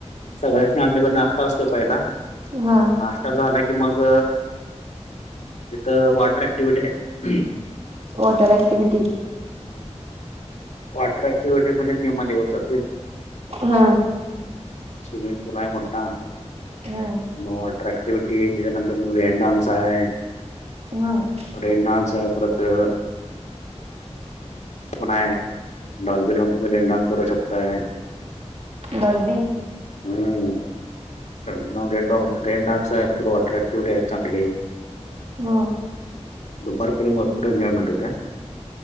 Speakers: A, on the left; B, on the right.
A: सगळ्यासनी अनलिमिटेड नाश्ता असतोय पहिला
B: हा
A: नाष्टा झा झाला की मग तिथं वॉटर ऍक्टिव्हटी आहेत.
B: वॉटर ऍक्टिविटी
A: हम् वॉटर अँक्टीव्हीव्हटी मध्ये निम्मा दिवस जातोय.
B: हा
A: स्विमिंग पुल आहे मोठ्ठा
B: हा
A: मग वॉटर अँक्टिव्हटी त्याच्यानंतर मग रेन डान्स आहे.
B: म
A: रेन डान्स हाय परत हे पण आहे. डॉल्बी डॉकी मध्ये तुम्ही डान्स करू शकताय.
B: डॉलबी.
A: हम्म <unintelligible> रेन डान्स आहे तो परत अट्रॅक्टिव आहेत चांगली.
B: हां
A: दुपारपर्यंत भरपूर एन्जॉयमेंट होते हां